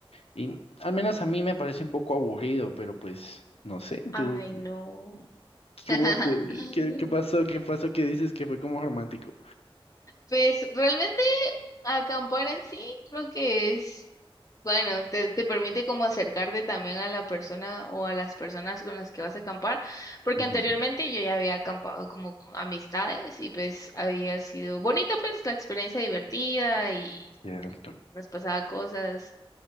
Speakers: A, on the left; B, on the left.
A: Y al menos a mí me parece un poco aburrido, pero pues no sé,
B: Ay,
A: tú,
B: no. <laughs>
A: ¿cómo te, qué, qué pasó? ¿Qué pasó que dices que fue como romántico?
B: Pues realmente acampar en sí creo que es, bueno, te, te permite como acercarte también a la persona o a las personas con las que vas a acampar, porque
A: Ujú,
B: anteriormente yo ya había acampado como con amistades y pues había sido bonito pues la experiencia divertida y
A: cierto.
B: nos pasaba cosas